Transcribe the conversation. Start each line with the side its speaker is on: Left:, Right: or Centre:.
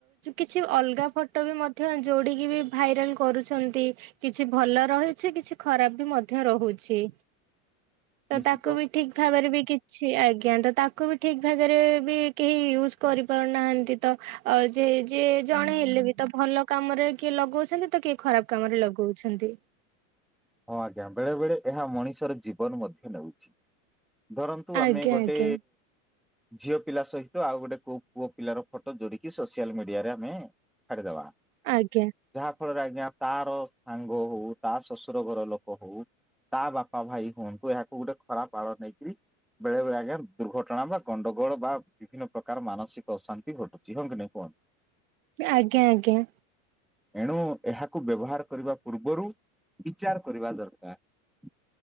Right: କିଛି ଅଲଗା ଫଟୋ ବି ମଧ୍ୟ ଯୋଡିକି ବି ଭାଇରାଲ କରୁଛନ୍ତି। କିଛି ଭଲ ରହିଛି। କିଛି ଖରାପ ବି ମଧ୍ୟ ରହୁଛି। ତ
Centre: ନିଶ୍ଚିତ
Right: ତାକୁ ବି ଠିକ ଭାବରେ ବି କିଛି ଆଜ୍ଞା ତ ତାକୁ ବି ଠିକ ଭାଗରେ ବି କେହି ୟୁଜ କରିପାରୁନାହାନ୍ତି। ତ ଯେ ଯେ ଜଣେ ହେଲେ ବି ତ ଭଲ କାମରେ କିଏ ଲଗଉଛନ୍ତି। ତ କିଏ ଖରାପ କାମରେ ଲଗଉଛନ୍ତି।
Centre: ହଁ ଆଜ୍ଞା ବେଳେବେଳେ ଏହା ମଣିଷର ଜୀବନ ମଧ୍ୟ ନେଉଛି। ଧରନ୍ତୁ
Right: ଆଜ୍ଞା
Centre: ଆମେ ଗୋଟେ
Right: ଆଜ୍ଞା
Centre: ଝିଅ ପିଲା ସହିତ ଆଉ ଗୋଟେ କୋଉ ପୁଅ ପିଲାର ଫଟୋ ଯୋଡିକି ସୋସିଆଲ ମିଡିଆରେ ଆମେ ଛାଡିଦବା। <inaudible>
Right: ଆଜ୍ଞା
Centre: ଯାହା ଫଳରେ ଆଜ୍ଞା ତାର ସାଙ୍ଗ ହଉ ତାସ ର ଘର ଲୋକ ହଉ ତା ବାପା ଭାଇ ହୁଅନ୍ତୁ ଏହାକୁ ଗୋଟେ ଖରାପ ଆଳ ନେଇକରି ବେଳେ ବେଳେ ଆଜ୍ଞା ଦୁର୍ଘଟଣା ବା ଗଣ୍ଡଗୋଳ ବା ବିଭିନ୍ନ ପ୍ରକାର ମାନସିକ ଅଶାନ୍ତି ଘଟୁଛି ହଁ କି ନାଇଁ କୁହନ୍ତୁ?
Right: ଆଜ୍ଞା ଆଜ୍ଞା।
Centre: ଏଣୁ ଏହାକୁ ବ୍ୟବହାର କରିବା ପୂର୍ବରୁ ବିଚାର କରିବା ଦରକାର।